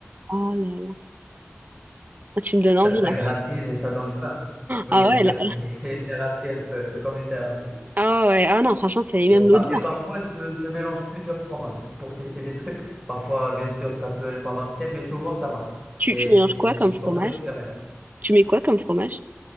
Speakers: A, on the right; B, in the centre.
A: Oh là là. Ah, Tu me donnes
B: Ça,
A: envie,
B: ça
A: là.
B: gratine et ça donne faim. Oui,
A: Ah
B: bien
A: ouais,
B: sûr,
A: là-
B: c'est <laughs> c'est une thérapie un peu, c'est comme une thérapie.
A: ah ouais, ah non, franchement, c'est même
B: Et, par-
A: l'odeur.
B: et parfois, je, je mélange plusieurs fromages pour tester des trucs. Parfois, bien sûr, ça peut ne pas marcher, mais souvent, ça marche.
A: Tu,
B: Et
A: tu mélanges
B: c'est
A: quoi comme
B: une
A: fromage?
B: grande expérience.
A: Tu mets quoi comme fromage?